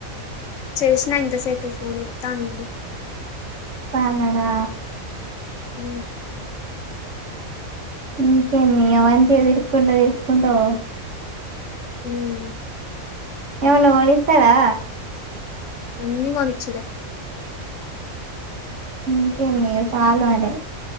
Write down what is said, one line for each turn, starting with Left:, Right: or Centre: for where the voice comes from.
Left: చేేసిన ఇంంత సేపు ఫోన్ ఒత్తాడు
Right: కనడా
Left: హ
Right: ఇంక నీ అవాన్ చే ఇరుకంట ఇరుకంటో పో
Left: హమ్
Right: ఎవనా ఒళిస్తారా
Left: అన్నీ కోనేయచూడి
Right: ఇక నీ సాల అర